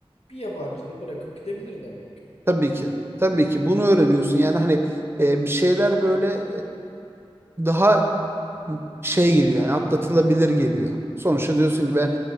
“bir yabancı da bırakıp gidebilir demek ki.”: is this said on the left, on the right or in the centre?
Left